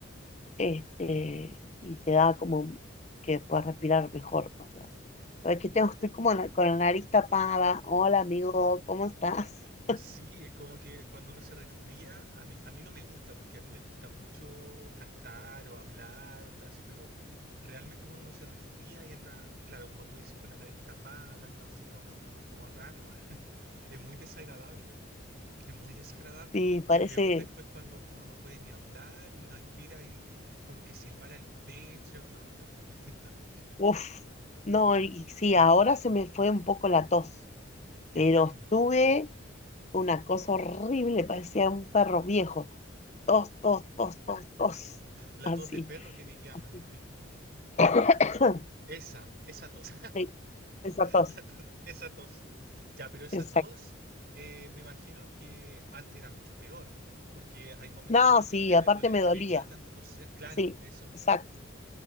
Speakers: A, on the left (about 35°); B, on the right (about 50°).
A: este, y te da como que puedas respirar mejor. O sea, es que tengo, estoy como na- con la nariz tapada. Hola, amigo, ¿cómo estás? <laughs>
B: Sí, es como que cuando uno se resfría, a mí, a mí no me gusta, porque a mí me gusta mucho cantar o hablar o estar así, pero realmente cuando uno se resfría y anda, claro, como tú dices, con la nariz tapada, hablando así como, como raro, <laughs> es muy desagradable. Es muy desagradable
A: Sí,
B: y
A: parece,
B: peor después cuando uno no puede ni hablar y respira y como que silbara el pecho. No, terrible, <laughs> terrible.
A: uff, no, y sí, ahora se me fue un poco la tos,
B: Qué
A: pero
B: bueno.
A: estuve Una cosa horrible, parecía un perro viejo. Tos, tos, tos, tos, tos. <laughs>
B: La
A: Así.
B: tos de perro que le llaman.
A: <coughs> <clears throat>
B: Esa, esa tos.
A: Sí, esa
B: <laughs>
A: tos.
B: La tos- esa tos. Ya, pero esa
A: Exacto.
B: tos eh, me imagino que antes era mucho peor, porque hay momentos
A: No,
B: en los que
A: sí,
B: uno ya
A: aparte
B: le duele el
A: me
B: pecho
A: dolía.
B: de tanto toser. Claro,
A: Sí,
B: eso mismo.
A: exacto.